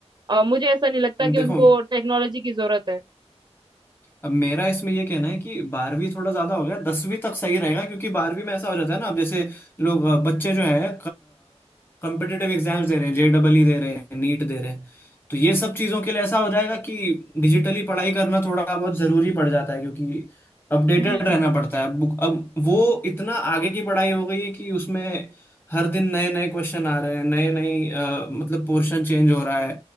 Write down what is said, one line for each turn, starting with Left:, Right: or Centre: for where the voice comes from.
Right: अ, मुझे ऐसा नहीं लगता कि
Left: देखो
Right: उनको टेक्नोलॉजी की जरूरत है
Left: अब मेरा इसमें ये कहना है कि बारहवीं थोड़ा ज्यादा हो गया दसवीं तक सही रहेगा क्योंकि बारहवीं में ऐसा हो जाता है ना अब जैसे लोग अ, बच्चे जो हैं कम्पिटिटिव एग्जाम्स दे रहे हैं जेडबलई दे रहे हैं नीट दे रहे हैं तो ये सब चीजों के लिए ऐसा हो जाएगा कि डिजिटली पढ़ाई करना थोड़ा बहुत जरूरी पड़ जाता है क्योंकि अपडेटेड
Right: हम्म हम्म
Left: रहना
Right: हम्म
Left: पड़ता है बुक अब वो इतना आगे की पढ़ाई हो गई है कि उसमें हर दिन नए नए क्वेश्चन आ रहे हैं नए नए अ, मतलब पोर्शन चेंज हो रहा है